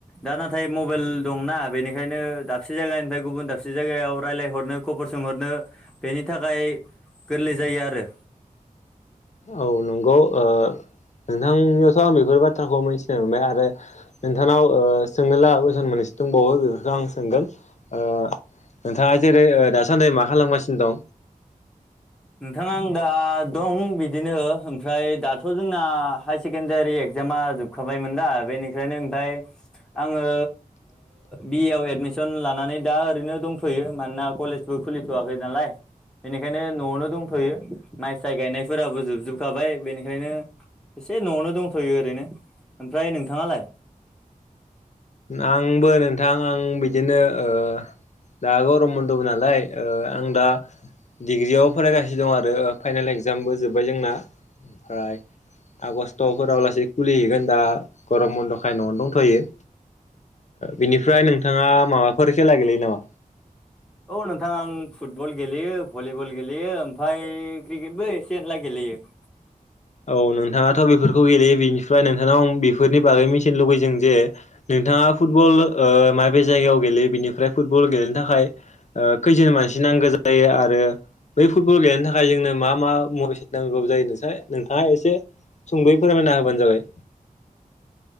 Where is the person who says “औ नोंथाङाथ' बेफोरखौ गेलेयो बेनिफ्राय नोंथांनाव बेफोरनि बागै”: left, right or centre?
Left